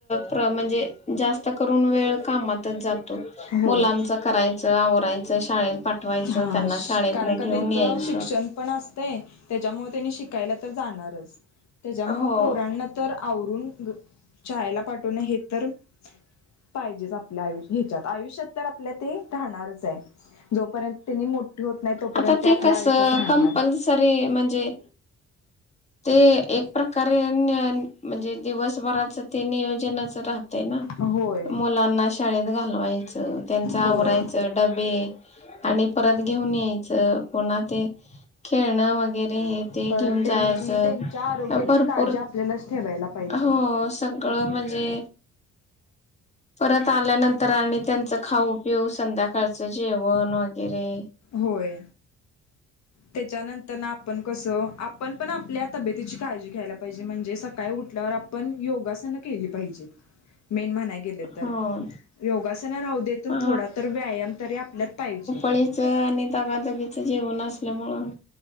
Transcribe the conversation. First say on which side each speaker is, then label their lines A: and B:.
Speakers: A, on the left; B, on the left.
A: प्र म्हणजे जास्त करून वेळ कामात मुलांच
B: होय
A: करायच, आवरायचं, शाळेत पाठवायचं
B: हा
A: त्यांना शाळेत
B: कारण
A: न
B: का
A: घेऊन
B: त्यांचं
A: यायचं.
B: शिक्षण पण असतंय त्याच्यामुळे त्यांनी शिकायला तर जाणारच. त्याच्या मुळ
A: हो
B: पोरांना तर आवरून शाळेला पाठवून हे तर पाहिजेच आपल्या आयुष्य ह्याच्यात. आयुष्यात तर आपल्या ते राहणारच आहे जोपर्यंत त्यांनी होत नाही तोपर्यंत
A: आता ते
B: आपल्या
A: कस
B: आयुष्यात राहणार
A: कंपल्सरी म्हणजे ते एक प्रकारे म्हणजे दिवसभराच ते नियोजनच राहत ना
B: होय
A: मुलांना शाळेत घालवायचं त्यांच
B: होय
A: आवरायचं डबे आणि परत यच पुन्हा ते खेळण वगरे ते
B: परत
A: घेऊन
B: त्यांची
A: जायचं
B: त्यांच्या आरोग्याची
A: भरपूर
B: काळजी आपल्यालाच ठेवायला पाहिजे
A: हो सगळ ळ म्हणजे परत आल्यानंतर आणि त्यांचं खाऊ पिऊ संध्याकाळचं जेवण वगैरे.
B: होय. त्याच्यानंतरन आपण कसं आपण पण आपल्या तब्येतीची काळजी घ्यायला पाहिजे, म्हणजे सकाळी उ म्हंटल्यावर आपण योगासनं केली पाहिजेत मेन म्हणाय गेलं तर.
A: हो
B: योगासनं राहूदे तर
A: हा
B: थोडा तर व्यायाम तरी आपल्यात पाहिजे.
A: ळीच आणि दगादगीच जीवन असल्यामूळं.